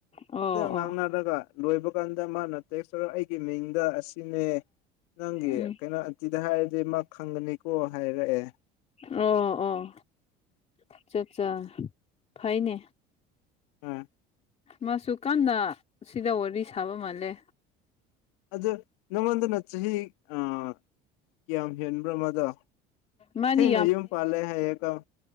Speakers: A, on the left; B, on the left.
A: ꯑꯣ
B: ꯑꯗꯨꯣ ꯉꯥꯡꯅꯔꯒ
A: ꯑꯣ
B: ꯂꯣꯏꯕ ꯀꯥꯟꯗ ꯃꯥꯅ ꯇꯦꯛꯁ ꯑꯩꯒꯤ ꯃꯤꯡꯗ ꯑꯁꯤꯅꯦ ꯅꯪꯒꯤ
A: ꯎꯝ
B: ꯀꯩꯅꯣ ꯇꯤꯗ ꯍꯥꯏꯔꯗꯤ ꯃꯥ ꯈꯪꯒꯅꯤꯀꯣ ꯍꯥꯏꯔꯛꯑꯦ
A: ꯑꯣ ꯑꯣ ꯑꯆꯥ ꯆꯥ ꯐꯩꯅꯦ
B: ꯎꯝ
A: ꯃꯥꯁꯨ ꯀꯟꯅ ꯁꯤꯗ ꯋꯥꯔꯤ ꯁꯥꯕ ꯃꯥꯜꯂꯦ
B: ꯑꯗꯨ ꯅꯉꯣꯟꯗꯅ ꯆꯍꯤ ꯑꯥ ꯀꯌꯥꯝ ꯍꯦꯟꯕ꯭ꯔꯥ ꯃꯥꯗꯣ
A: ꯃꯥꯗꯤ
B: ꯊꯦꯡꯅꯥ ꯌꯨꯝ ꯄꯜꯂꯦ ꯍꯥꯏꯌꯦ ꯒꯣ